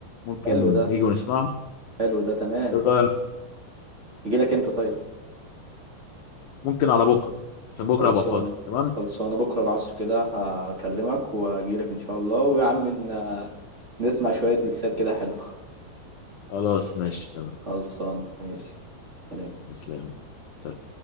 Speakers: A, on the left; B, on the right.
A: ممكن
B: حلو ده
A: نيجي ونسمعها
B: حلو ده تمام
A: ايه رأيك
B: يجي لك انت طيب
A: ممكن على بكره عشان بكره
B: خلصانة
A: ابقى فاضي تمام
B: خلصانة بكرة العصر كده هكلمك وأجيلك إن شاء الله ويا عم إن- نسمع شوية ميكسات كده حلوة
A: خلاص ماشي تمام
B: خلصانة ماشي سلام
A: اسلام سلام